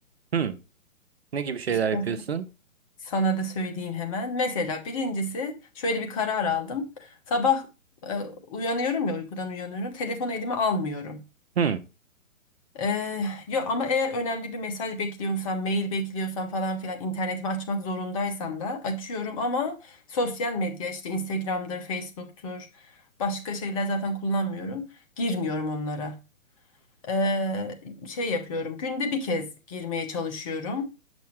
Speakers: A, on the right; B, on the left.
A: Hmm. Ne gibi şeyler
B: İstersen
A: yapıyorsun?
B: Sana da söyleyeyim hemen. Mesela birincisi şöyle bir karar aldım. Sabah e, uyanıyorum ya uykudan uyanıyorum. Telefonu elime almıyorum.
A: Hmm.
B: Ee, yok ama eğer önemli bir mesaj bekliyorsam, mail bekliyorsam falan filan internetimi açmak zorundaysam da açıyorum ama sosyal medya işte Instagram'dır, Facebook'tur, başka şeyler zaten kullanmıyorum. Girmiyorum onlara. Ee, şey yapıyorum. Günde bir kez girmeye çalışıyorum.